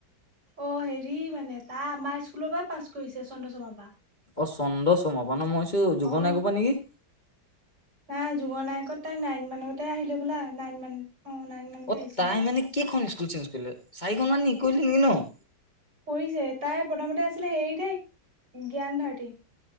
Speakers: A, on the right (about 55°); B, on the left (about 25°).
A: অ', হেৰি মানে, তাই আমাৰ স্কুলৰ পৰা পাছ কৰিছে চন্দ্ৰশৰ্মাৰ পৰা।
B: অ', চন্দশৰ্মাৰ পৰা, মই ভাবিছোঁ যুগনায়কৰ
A: অ
B: পৰা নেকি?
A: নাই, যুগনায়কত তাই নাইন মানতে আহিলে বোলে। নাইন মান অ' নাইন মানতে
B: অ
A: আহিছে।
B: তাই মানে কেইখন স্কুল চেঞ্চ কৰিলে, চাৰিখন মান কৰিলে নেকি নহ?
A: কৰিছে, তাই প্ৰথমতে আছিলে হেৰিত সেই জ্ঞানভাৰটি।